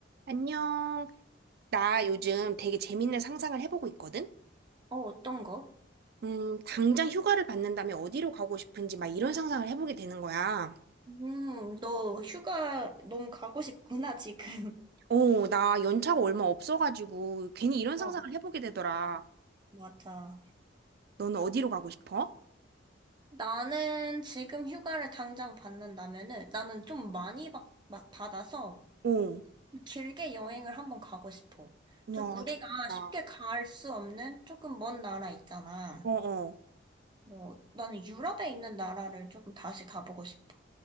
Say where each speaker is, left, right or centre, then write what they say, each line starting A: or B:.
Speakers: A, on the right; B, on the right.
A: 안녕. 나 요즘 되게 재밌는 상상을 해보고 있거든?
B: 어, 어떤 거?
A: 음, 당장 휴가를 받는다면 어디로 가고 싶은지 막 이런 상상을 해보게 되는 거야.
B: 음, 너 휴가 너무 가고 싶구나, 지금. <laughs>
A: 어, 나 연차가 얼마 없어가지고 괜히 이런 상상을
B: 어,
A: 해보게 되더라.
B: 맞아.
A: 너는 어디로 가고 싶어?
B: 나는 지금 휴가를 당장 받는다면은 나는 좀 많이 받, 막 받아서
A: 어,
B: 길게 여행을 한번 가고 싶어.
A: 와,
B: 좀 우리가
A: 좋겠다.
B: 쉽게 갈 수 없는 조금 먼 나라 있잖아.
A: 어어.
B: 뭐, 나는 유럽에 있는 나라를 조금 다시 가보고 싶어.